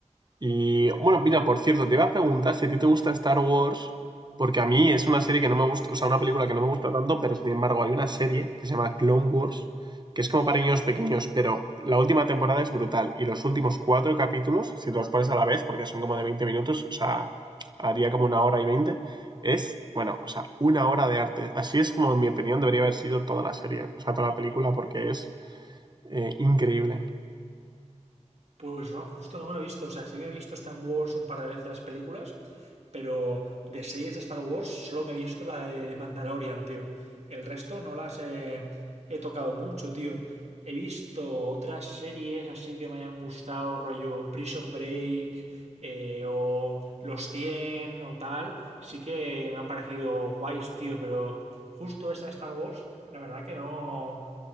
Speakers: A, on the right (about 35°); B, on the right (about 65°).
A: Y bueno, mira, por cierto, te iba a preguntar si a ti te gusta Star Wars, porque a mí es una serie que no me gusta, o sea, una película que no me gusta tanto, pero sin embargo hay una serie que se llama Clone Wars, que es como para niños pequeños, pero la última temporada es brutal y los últimos cuatro capítulos, si te los pones a la vez, porque son como de 20 minutos, o sea, haría como una hora y 20 es, bueno, o sea, una hora de arte. Así es como, en mi opinión, debería haber sido toda la serie, o sea, toda la película, porque es eh, increíble.
B: Pues no, justo no me lo he visto. O sea, sí que me he visto Star Wars un par de veces las películas, pero de series de Star Wars solo me he visto la de Mandalorian, tío. El resto no las he, he tocado mucho, tío. He visto otras series así que me hayan gustado, rollo Prison Break eh, o Los cien o tal. Sí que me han parecido guays, tío, pero justo esa de Star Wars, la verdad que no,